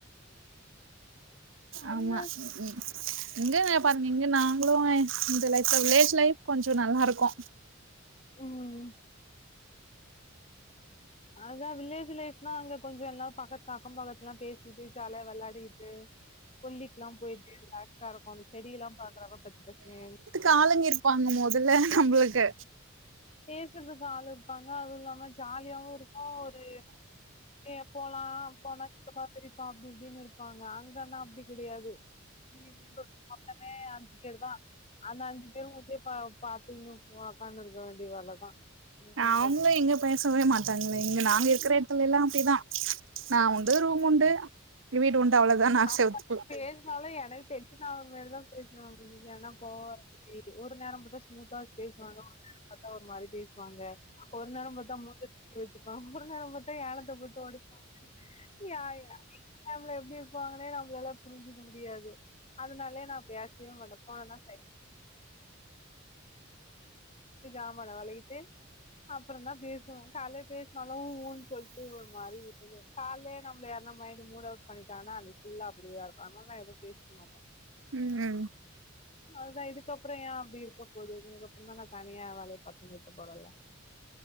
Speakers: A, on the left; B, on the right.
A: அதுதா
B: ஆமா ம் இங்கவே பாருங்க இங்கலா நாங்களு இந்த லைஃப்ல வில்லேஜ் லைஃப் கொஞ்சோ நல்லாருக்கு
A: ம் அதுதா வில்லேஜ் லைஃப்னா அங்க கொஞ்சோ எல்லாரு பக்கத்து அக்க பக்கத்துலலா பேசிட்டு ஜாலியா விளாடிட் து கொல்லிக்லா போய்ட்டு ரிலாக்ஸா இருக்கு அந்த செடியெல்லா பாக்குறப்ப பச்ச பசேல்
B: காலங்கிர் பண்ணு போதுல நம்மளுக்கு
A: பேசறதுக்கு ஆள் இருப்பாங்க அதுவு இல்லாம ஜாலியாவு இருக்கு ஒரு ஏ போலா போனா சித்தப்பா பெரிப்பா அப்டி இப்டின்னு இருப்பாங்க அங்கனா அப்டி கெடையாது முழிப்பு மொத்தமே அஞ் அஞ்சு பேர் தா அந்த அஞ்சு பேரு மூஞ்சிய பா பாத்துன்னு உக்காந்திருக்க வேண்டிய வேலதா அதுதா
B: அவங்களு
A: கடுப்
B: எங்க பேசவே மாட்டாங்ளே இங்க நாங்க இருக்குற எடத்துலல்லா அப்டிதா நா உண்டு ரூமுண்டு வீடு உண்டு அவ்ளோதா நா
A: பாப்பாக்கு
B: செவுத்துக்கு
A: பேர் னாலு எனக்கு டென்ஷன் ஆகுற மாரிதா பேசுவாங்க எதுன்னா கோவம் வர மாரி ஒரு நேரம் பாத் ஸ்மூத்தா பேசுவாங்க பாத்தா ஒரு நேரம் பாத்தா ஒரு மாரி பேசுவாங்க ஒரு நேரம் பாத்தா மூஞ்ஜ தூக்கி வெச்சுப்பா ஒரு நேரம் பாத்தா ஏனத்த போட்டு ஒடைப்பா <inaudible> எப்டி இருப்பாங்கன்னே நம்மளாலா புரிஞ்சுக்க முடியாது அதனாலே நா எப்பயாச்சு போனனா <inaudible> ஜாமான வெளகிட்டு அப்புறந்தா பேசுவே கால்லே பேச னாலு ஊன்னு சொல்ட்டு ஒரு மாரி விட்டது கால்லே நம்ம யார்னா மூட அவுட் பண்ணிட்டா டானா அன்னிக்கு ஃபுல்லா அப்படிதா இருக்கு அதனால எதுவு பேசிக்க மாட்டே
B: ம்
A: அதுதா இதுக்கப்றோ ஏ அப்டி இருக்க போகுது இதுக்கப்றோ தா நா தனியா ஏ வேலைய பாத்துன்னு இருக்க போறல